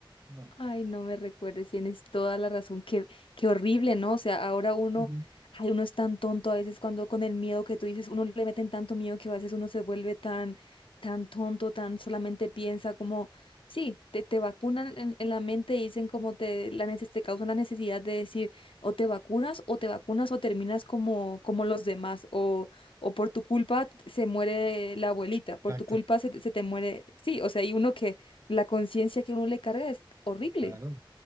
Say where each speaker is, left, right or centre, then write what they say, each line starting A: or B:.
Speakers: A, on the right; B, on the left.
A: No.
B: Ay, no me recuerdes, tienes toda la razón. Qué, qué horrible, ¿no? O sea, ahora uno,
A: Ujú.
B: ay, uno es tan tonto a veces cuando con el miedo que tú dices, uno le meten tanto miedo que a veces uno se vuelve tan, tan tonto, tan solamente piensa como, sí, te, te vacunan en, en la mente y dicen como te, la neces- te causan la necesidad de decir, o te vacunas, o te vacunas, o terminas como, como los demás, o, o por tu culpa se muere la abuelita, por
A: Exacto.
B: tu culpa se, te- se te muere, sí, o sea, hay uno que la conciencia que uno le carga es horrible.
A: Claro,